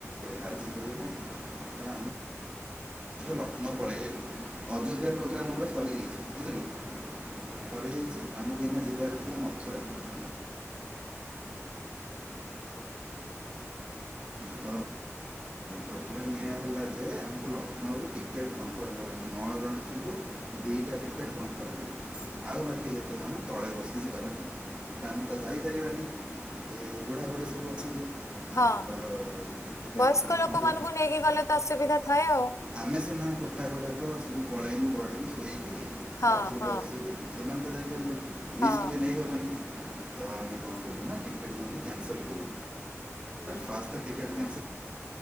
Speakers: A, on the right; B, on the left.
A: ହଜି ଦେବନା ଲକ୍ଷ୍ନୌ ପଳେଇଲୁ ଅଯୋଧ୍ୟାରେ <inaudible> ସରିଯାଇଛି ବୁଝିଲୁ ସରିଯାଇଛି <inaudible> <inaudible> ଲକ୍ଷ୍ନ ନାଇକି ଯିବାର ଥିଲା। <inaudible> ତ ପ୍ରୋବ୍ଲେମଇ ହେଲା ଯେ ଆମକୁ ଲକ୍ଷ୍ନୌରୁ ଟିକେଟ କନଫର୍ମ ନଅ ଜଣ ଙ୍କୁୁ ଦୁଇଟା ଟିକେଟ୍ କନଫୋରମ୍ ହେଲା ଆଉ ବାକି ଯେତେ ଜଣ ତଳେ ବସି ଯିବାର ନା ଆମେ ତା ଯାଇପାରିବାନି ଏ ବୁଢ଼ାବୁଢ଼ୀ ସବୁ ଅଛନ୍ତି।
B: ହଁ
A: ତ ସେଥିପାଇଁ
B: ବୟସ୍କ
A: କି ଦେଖନ୍ତୁ
B: ଲୋକମାନାନଙ୍କୁ ନେଇକି ଗଲେ ତ ଅସୁବିଧା ଥାଏ ଆଉ।
A: ଆମେ ସିନା ଟୋକା ଗୁଡାକ ସବୁ ପଳେଇବୁ ଶୋଇବୁ
B: ହଁ ହଁ
A: <inaudible> ବସିକି ସେମାନେ ତ ଯାଇକ ରିସ୍କି
B: ହଁ
A: ବି ନେଇ ହେବନି। ଆମେ କଣ କଲୁ ନା ଟିକେଟ କ୍ୟାନ୍ସଲ କଲୁ।
B: ହୁଁ
A: ଫାର୍ଷ୍ଟ ଟିକେଟ କ୍ୟା